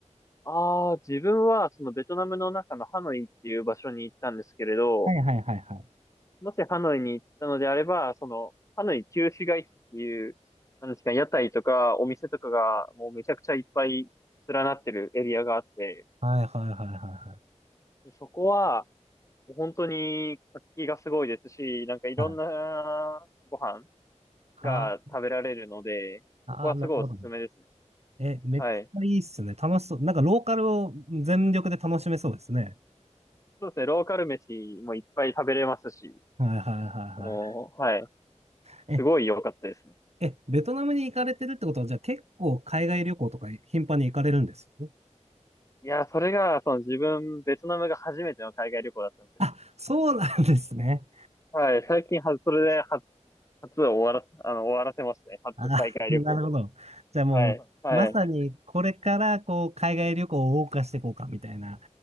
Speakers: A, on the left; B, on the right.
A: ああ、自分はそのベトナムの中のハノイっていう場所に行ったんですけれど、
B: はいはいはいはい。
A: もしハノイに行ったのであれば、その、ハノイ旧市街地っていう、なんですか、屋台とかお店とかがもうめちゃくちゃいっぱい連なってるエリアがあって、
B: はいはいはいはいは
A: でそこは、もう本当に活気がすごいですし、なんかいろんなご飯
B: い。はい。
A: が食べられるので、
B: はあ、
A: そこはすごいおすすめですね。
B: あー、なるほど。え、めっちゃいいっすね。
A: はい。
B: 楽しそう。なんかローカルを全力で楽しめそうですね。
A: そうですね、ローカル飯もいっぱい食べれますし、
B: はいはいはい
A: もう、はい。
B: はい。
A: すごい良かったですね。
B: え、え、ベトナムに行かれてるってことは、じゃあ結構海外旅行とか頻繁に行かれるんです
A: いや、それが、その自分、ベトナムが初めての海外旅行だったんですよ。
B: あ、そうなんですね。
A: はい、最近は、それで初、初を終わら、あの、終わらせましたね。初海外旅行を。
B: ああ、<laughs> なるほど。じゃあもう、
A: はい、はい。
B: まさにこれからこう、海外旅行を謳歌していこうか、みたいな、